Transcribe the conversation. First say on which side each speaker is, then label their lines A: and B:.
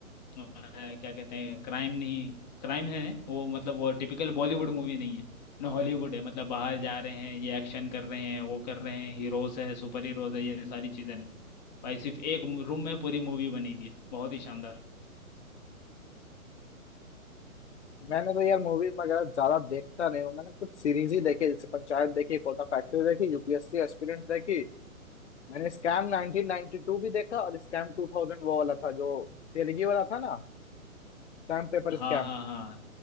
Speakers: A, on the left; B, on the left.
A: अ, क्या कहते हैं क्राइम नहीं क्राइम है वो मतलब वो टिपिकल बॉलीवुड मूवी नहीं है ना हॉलीवुड है मतलब बाहर जा रहे हैं ये एक्शन कर रहे हैं वो कर रहे हैं हीरोज है सुपर हीरोज है ये सारी चीजें नहीं भाई सिर्फ एक रूम में पूरी मूवी बनी हुई है बहुत ही शानदार
B: मैंने तो यार मूवी वगैरह ज्यादा देखता नहीं हूँ मैंने कुछ सीरीज ही देखी जैसे पंचायत देखी कोटा फैक्ट्री देखी यूपीएससी एस्पिरेंट्स देखी मैंने स्कैम 1992 भी देखा और स्कैम 2000 वो वाला था जो तेलगी वाला था ना स्टैम्प पेपर स्कैम
A: हाँ हाँ हाँ